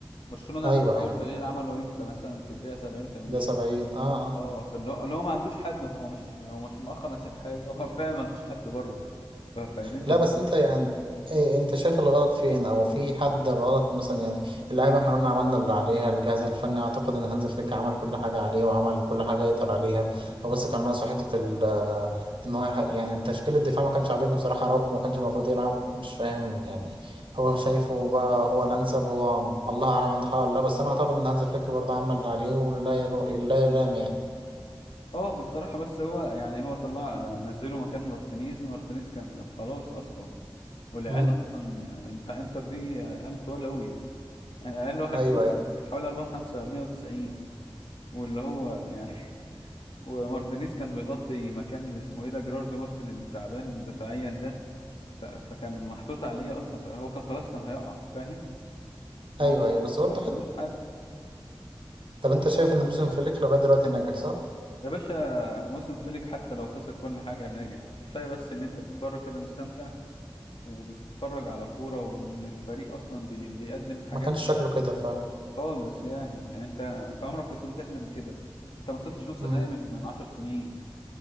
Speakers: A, on the left; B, on the right.
A: برشلونه
B: ايوه
A: اول
B: ايوه
A: تغيير عمله امتى مثلا في الدقيقه 70 80
B: ده 70 اه اه
A: اه فاللي هو اللي هو ما عندوش حد هو مش هو مش مؤخر عشان حاجه هو فعلا ما عندوش حد بره ف- فينزل
B: لا بس انت يعني ايه انت شايف الغلط فين او في حد غلط مثلا يعني اللعيبه احنا قلنا عملنا اللي عليها الجهاز الفني اعتقد ان هانز فليك عمل كل حاجه عليه وعمل كل حاجه يقدر عليها هو بس كان ناقصه حته ال آه، ان هو يح- يعني تشكيل الدفاع ما كانش عاجبني بصراحه راوخو ما كانش المفروض يلعب مش فاهم يعني هو شايفه بقى هو الانسب هو الله اعلم عنده حق ولا لا بس انا اعتقد ان هانز فليك برضه عمل اللي عليه ولا يلو لا يلام يعني
A: اه بصراحه بس هو يعني هو طلع نزله مكان مارتينيز مارتينيز كان كان خلاص اصلا والعيال
B: مم.
A: اصلا بتاع انتر دي عيال طوال قوي يعني اقل واحد
B: ايوه
A: فيهم
B: ايوه
A: حوالي أربعة خمسة مية وتسعين واللي هو يعني <laughs> ومارتينيز كان بيغطي مكان اسمه ايه ده جيراردو مارتن التعبان دفاعيا ده ف... فكان محطوط عليه اصلا فهو كان خلاص كان هيقع فاهم هو
B: ايوه
A: ما
B: ايوه بس
A: ما
B: برضه
A: قداموش حد
B: طب انت شايف ان موسم فليك لغايه دلوقتي ناجح صح؟
A: يا باشا موسم فليك حتى لو خسر كل حاجة ناجح كفاية بس ان انت بتتفرج كده مستمتع وبتتفرج على كورة وان الفريق اصلا بي... بيقدم حاجات
B: ما كانش شكله كده فعلا
A: خالص يعني يعني انت انت عمرك كنت ما تحلم كده انت ما وصلتش نص
B: امم
A: النهائي من من عشر سنين